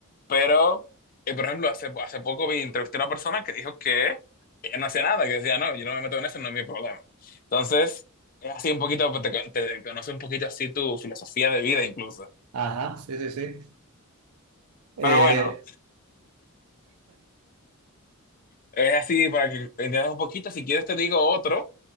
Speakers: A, on the left (about 40°); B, on the right (about 85°).
A: pero, eh, por ejemplo, hace, hace poco vi, entrevisté a una persona que dijo que ella no hacía nada, que decía, no, yo no me meto en eso, no es mi problema. Entonces, es así un poquito, pues, te, con- te conoce un poquito así tu filosofía de vida incluso.
B: Ajá, sí, sí, sí. Eh,
A: Pero bueno, es así para que entiendas un poquito, si quieres te digo otro,